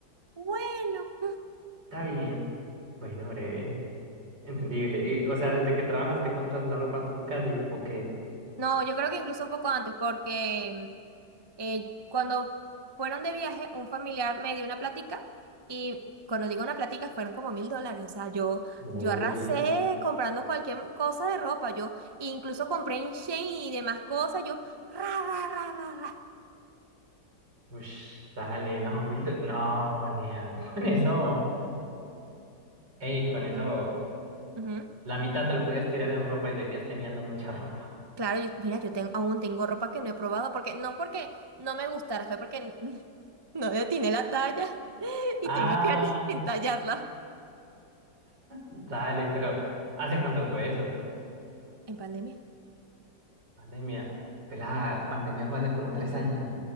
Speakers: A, on the right; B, on the right.
A: bueno.
B: Está bien. Bueno, breve. Entendible. Y, o sea, desde que trabajas te compras la ropa tú casi, ¿o qué?
A: No, yo creo que incluso un poco antes, porque eh, cuando fueron de viaje, un familiar me dio una platica y cuando digo una platica fueron como mil dólares. O sea, yo,
B: Uy.
A: yo arrasé comprando cualquier cosa de ropa. Yo incluso compré en Shein y demás cosas. Yo, ra, ra, ra, ra, ra.
B: Ush, dale, no, mil do- No, nea, <laughs> con eso, ey, con eso,
A: Ujú.
B: la mitad te lo podías tirar en ropa y seguías teniendo mucha ropa.
A: Claro, yo- mira, yo tengo, aún tengo ropa que no he probado porque no porque no me gustara, fue porque <laughs> no le atiné la talla <laughs> y
B: Ah,
A: tengo que <laughs> entallarla
B: dale, pero ¿hace cuánto fue eso?
A: en pandemia.
B: Pandemia. Pelada, pandemia fue hace como tres años.